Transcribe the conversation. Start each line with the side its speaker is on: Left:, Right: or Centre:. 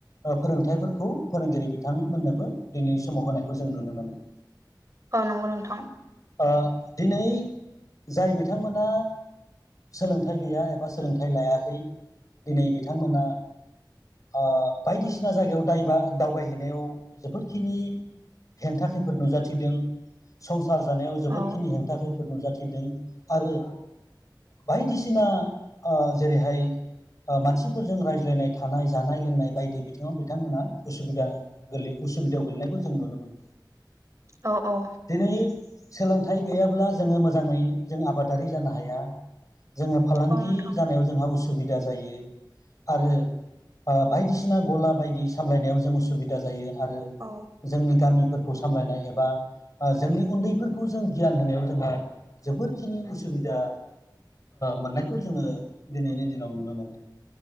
Left: फोरोंथाइफोरखौ फोरोंगिरि बिथांमोननोबो दिनैनि समाव होनायखौ जों नुनो मोनो
Right: औ नंगौ नोंथां
Left: ओ दिनै जाय बिथांमोना सोलोंथाइ गैया एबा सोलोंथाइ लायाखै दिनै बिथांमोना ओ बायदिसिना जायगायाव दायोबा दावबायहैनायाव जोबोद खिनि हेंथा खैफोद नुजाथिदों संसार जानायाव जोबोदखिनि
Right: औ
Left: हेंथा खैफोद नुजाथिदों फैदों आरो बायदिसिना जेरैहाय ओ मानसिफोरजों रायज्लायनाय थानाय जानाय लोंनाय बायदि बिथिङाव बिथांमोनहा उसुबिदा गोलै उसुबिदायाव गोेलेनायखौ जों नुनो मोन
Right: औ औ
Left: दिनै सोलोंथाइ गैयाब्ला जोङो मोजाङै जों आबादारि जानो हाया जोङो फालांगि
Right: औ नोंथां
Left: जानायाव जोंहा उसुबिदा जायो। आरो बायदिसिना गला बायदि सामलायनायाव जों उसुबिदा जायो। आरो
Right: औ
Left: जोंनि गामिफोरखौ सामलायनाय एबा जोंनि उन्दैफोरखौ जों गियान होनायाव जोंहा जोबोरखिनि उसुबिदा मोननायखौ जोङो दिनैनि दिनाव नुनो मोनो।